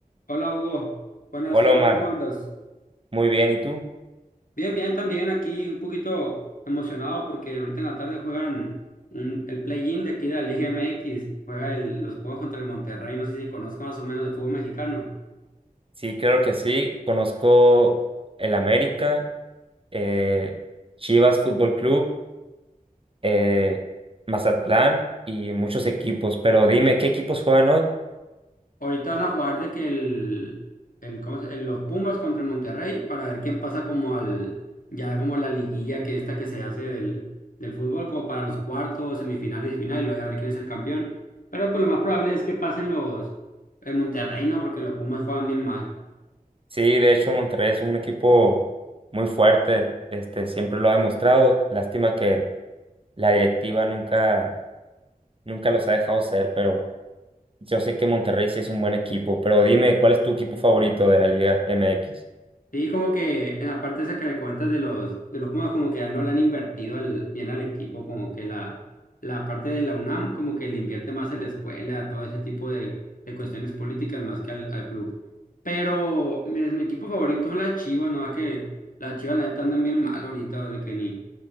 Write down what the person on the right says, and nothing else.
Hola
Omar,
muy bien, ¿y tú?
Sí, claro que sí, conozco el América, eh, Chivas Fútbol Club, eh, Mazatlán y muchos equipos, pero dime, ¿qué equipos juegan hoy?
Sí, de hecho Monterrey es un equipo muy fuerte, este, siempre lo ha demostrado, lástima que la directiva nunca, nunca los ha dejado ser, pero yo sé que Monterrey sí es un buen equipo, pero dime, ¿cuál es tu equipo favorito de la Liga MX?